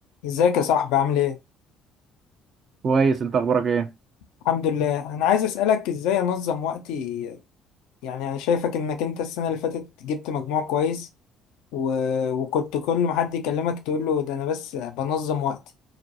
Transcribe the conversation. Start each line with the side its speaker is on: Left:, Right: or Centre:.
Left: ازيك يا صاحبي عامل ايه؟
Right: كويس انت اخبارك ايه
Left: الحمد لله انا عايز اسألك ازاي انظم وقتي يعني انا شايفك انك انت السنة اللي فاتت جبت مجموع كويس و... وكنت كل ما حد يكلمك تقول له ده انا بس بنظم وقتي